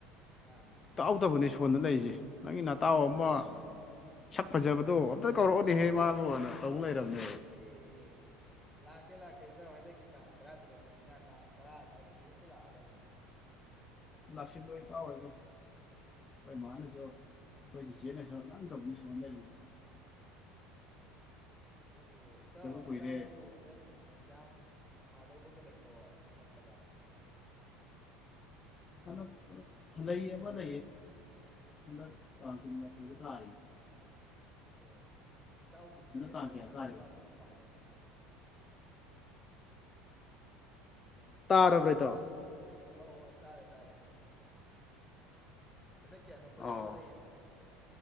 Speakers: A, in the centre; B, on the left (about 25°).
A: ꯑꯥ
B: ꯇꯥꯎꯗꯕꯅꯤ ꯁꯨ ꯐꯣꯟꯗ ꯂꯩꯔꯤꯁꯦ ꯅꯪꯒꯤ ꯅꯥꯇꯥꯎ ꯑꯃ ꯁꯛ ꯐꯖꯕꯗꯣ ꯑꯝꯇ ꯀꯧꯔꯛꯑꯣꯅꯦꯍꯦ ꯃꯥꯕꯨꯅ ꯇꯧ ꯂꯩꯔꯕꯅꯦ
A: ꯑꯦ ꯑꯦ ꯂꯥꯛꯀꯦ ꯂꯥꯛꯀꯦ ꯇ ꯍꯟꯗꯛꯀꯤ ꯇꯥꯡ ꯇꯔꯥꯇꯔꯦꯠꯇꯅꯤꯅ ꯇꯥꯡ ꯇꯔꯥ ꯑꯗꯨꯋꯥꯏꯗꯒꯤ ꯍꯦꯛꯇ ꯂꯥꯛꯑꯗꯕꯅꯤ
B: ꯂꯥꯛꯁꯤꯜꯂꯣꯏ ꯇꯥꯎꯋꯦꯕꯣ ꯑꯩꯈꯣꯏ ꯏꯃꯅꯁꯨ ꯑꯩꯈꯣꯏ ꯆꯤꯆꯦꯅꯁꯨ ꯅꯪꯗꯕꯅꯤ ꯁꯣꯟ ꯂꯩꯔꯤ
A: ꯑꯗꯨꯕꯨ ꯏꯇꯥꯎ
B: ꯀꯨꯏꯔꯦ
A: ꯏꯇꯥꯎꯕꯨ ꯍꯗꯛ ꯑꯦꯛꯖꯥꯝ ꯊꯥꯗꯧꯕꯒ ꯂꯩꯇ꯭ꯔꯣ ꯑꯅ ꯑꯅꯛꯄꯗ
B: ꯑꯅꯛꯄꯗ ꯂꯩꯌꯦ ꯃ ꯂꯩꯌꯦ ꯍꯟꯗꯛ ꯇꯥꯡ ꯀꯨꯟꯃꯥꯊꯣꯏꯗ ꯇꯥꯌꯦ
A: ꯑꯣ ꯑꯁ ꯏꯇꯥꯎꯒꯤ ꯈꯣꯟꯖꯦꯜꯗꯣ
B: ꯇꯥꯡ ꯀꯌꯥ
A: ꯈꯇꯪ
B: ꯇꯥꯔꯤꯕ
A: ꯂꯥꯞꯊꯣꯛꯄ ꯃꯥꯜꯂꯦ
B: ꯇꯥꯔꯕ꯭ꯔ ꯏꯇꯥꯎ
A: ꯇꯥꯔꯕꯣ ꯑꯧ ꯑꯣ ꯇꯥꯔꯦ ꯇꯥꯔꯦ ꯍꯟꯗꯛꯀꯤ ꯑꯅꯛꯄꯗ
B: ꯑꯣ
A: ꯑꯃ ꯂꯩꯌꯦꯕ